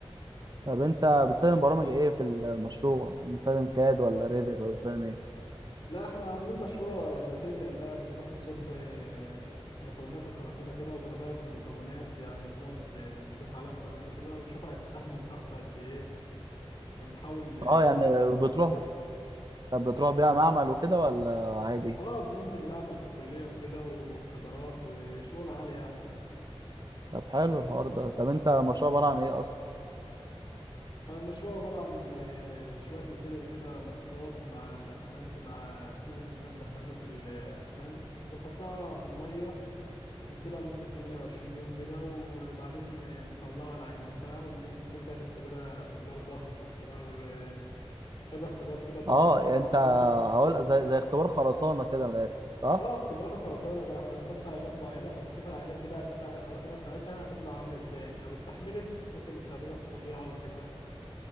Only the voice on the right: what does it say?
طب انت بتستخدم برامج ايه في المشروع بتستخدم كاد ولا ريفيت ولا بتستخدم ايه
اه
يعني
بتروح
طب بتروح بيها معمل وكده ولا عادي
طب حلو الحوار ده طب انت المشروع عبارة عن ايه اصلا
اه
يعني انت
هقول زي زي اختبار خرسانة كده من الاخر صح